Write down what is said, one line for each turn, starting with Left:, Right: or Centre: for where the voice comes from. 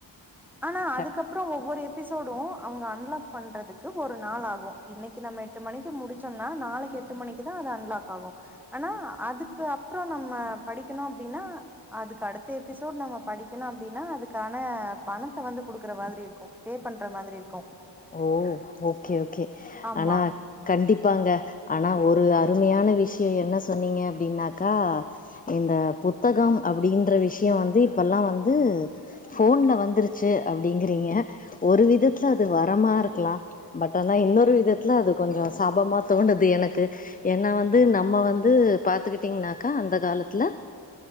Centre: ஆனா
Left: கண்
Centre: அதுக்கப்பறோ ஒவ்வொரு எபிசோடு அவங்க அன்லாக் பண்றதுக்கு ஒரு நாள் ஆகு இன்னைக்கு நம்ம எட்டு மணிக்கு முடிச்சோன்னா நாளைக்கு எட்டு மணிக்கு தா அது அன்லாக் ஆகு ஆனா அதுக்கு அப்பறோ நம்ம படிக்கணு அப்டின்னா அதுக்கு அடுத்த எப்பி அதோட நம்ம படிக்கணு அப்டின்னா அதுக்கான பணத்த வந்து கொடுக்குற மாதிரி இருக்கு பே பண்ற மாதிரி இருக்கு
Left: ஓ ஓகே ஓகே
Centre: ஆமா
Left: ஆனா கண்டிப்பாங்க ஆனா ஒரு அருமையான விஷயோ என்ன சொன்னீங்க அப்டின்னாக்கா இந்த புத்தகம் அப்டின்ற விஷயோ வந்து இப்பெல்லா வந்து ஃபோன்ல வந்துருச்சு அப்டிங்கிறீங்க ஒரு விதத்துல அது வரமா இருக்கலா பட் ஆனா இன்னொரு விதத்துல அது கொஞ்சோ சாபமா தோணுது எனக்கு என்ன வந்து நம்ம வந்து பாத்துக்கிட்டீங்கனாக்கா அந்த காலத்துல